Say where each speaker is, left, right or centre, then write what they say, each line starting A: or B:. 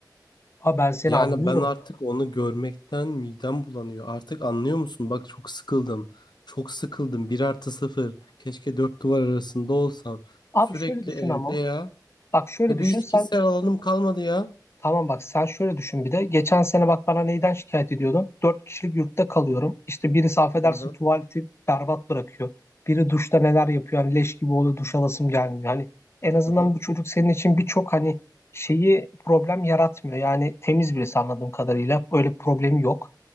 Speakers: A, on the left; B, on the left.
A: Abi ben seni
B: Yani
A: anlıyorum.
B: ben artık onu görmekten midem bulanıyor. Artık anlıyor musun? Bak çok sıkıldım. Çok sıkıldım. Bir artı sıfır. Keşke dört duvar arasında olsam.
A: Abi
B: Sürekli
A: şöyle düşün
B: evde
A: ama.
B: ya.
A: Bak şöyle
B: Ya
A: düşün
B: bir hiç
A: sen
B: kişisel alanım kalmadı ya.
A: Tamam bak sen şöyle düşün bir de. Geçen sene bak bana neyden şikayet ediyordun? Dört kişilik yurtta kalıyorum. İşte birisi affedersin
B: Hı hı.
A: tuvaleti berbat bırakıyor. Biri duşta neler yapıyor. Hani leş gibi oluyor duş alasım gelmiyor. Hani en azından
B: Hı hı.
A: bu çocuk senin için birçok hani şeyi problem yaratmıyor. Yani temiz birisi anladığım kadarıyla. Öyle problemi yok.